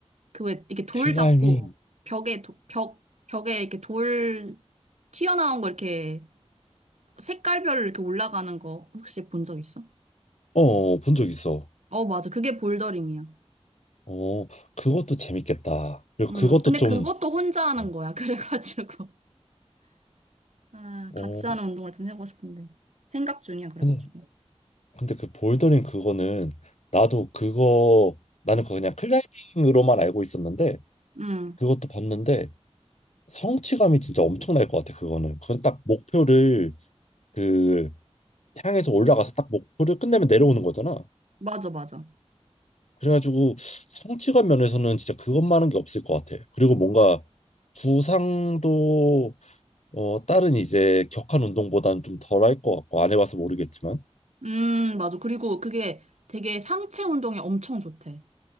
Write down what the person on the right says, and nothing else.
그 왜 이렇게 돌
잡고 벽에, 도- 벽, 벽에 이렇게 돌 튀어나온 거 이렇게 색깔별로 이렇게 올라가는 거 혹시 본 적 있어?
어, 맞아. 그게 볼더링이야.
음,
근데
그것도 혼자 하는
거야. <laughs> 그래가지고. 아,
같이 하는 운동을 좀 해보고 싶은데. 생각 중이야, 그래가지고.
음,
맞아, 맞아.
음, 맞아. 그리고 그게 되게 상체 운동에 엄청 좋대.